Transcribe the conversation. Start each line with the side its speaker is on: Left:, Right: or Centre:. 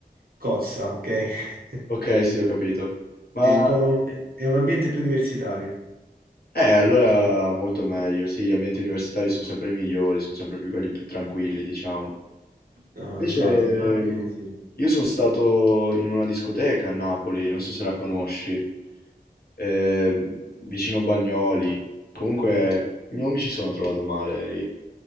Right: cozza, ok? <laughs>
Left: Ok, sì, ho capito. Ma
Right: È un po', è un ambiente più universitario.
Left: eh, allora molto meglio. Sì, gli ambienti universitari sono sempre migliori, sono sempre più quelli più tranquilli, diciamo.
Right: No,
Left: Invece
Right: esatto, infatti sì.
Left: io sono stato in una discoteca a Napoli, non so se la conosci, ehm, vicino Bagnoli. Comunque non mi ci sono trovato male lì,